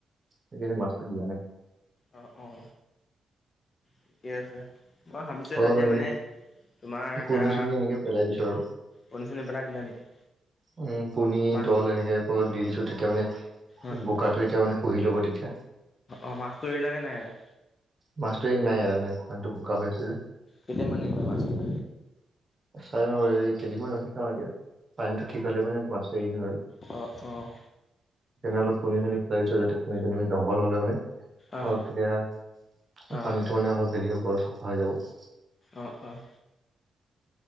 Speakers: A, on the right; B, on the left.
A: এইকেইদিন মাছটো দিয়া নাই।
B: অ'হ, অ'হ ঠিকে আছে মই ভাবিছো
A: অলপ
B: এটা এতিয়া
A: এনেকে
B: মানে। তোমাৰ এতিয়া
A: পণী চণী এনেকে পেলাই দিছো আৰু
B: কনি চনী পেলাই দিলা নেকি।
A: উম পুনী
B: মাছ
A: দল এনেকে অলপ দি দিছো তেতিয়া মানে।
B: অঁ
A: বুকাটো এতিয়া মানে সুহি লব তেতিয়া।
B: অ' মাছটো এৰিলানে নাই এৰা
A: মাছটো এইগিদিন নাই পানীতো বোকা হৈ আছে যে।
B: কেতিয়া মানে এৰিবা মাছতো।
A: চাই লও এই কেইদিনমান ৰখি থওঁ এতিয়া পানীটো ঠিক হলে মানে মাছ এৰি দিম আৰু।
B: অহ, অহ।
A: তেনেহলে পুনি চুনি পেলাই দিছো যাতে পুনি চুনি জংঘল হলে মানে
B: অঁ
A: অলপ তেতিয়া
B: অঁ
A: পানীতো মানে অলপ হেৰি হ'ব আৰু চাফা হৈ যাব।
B: অ'হ, অ'হ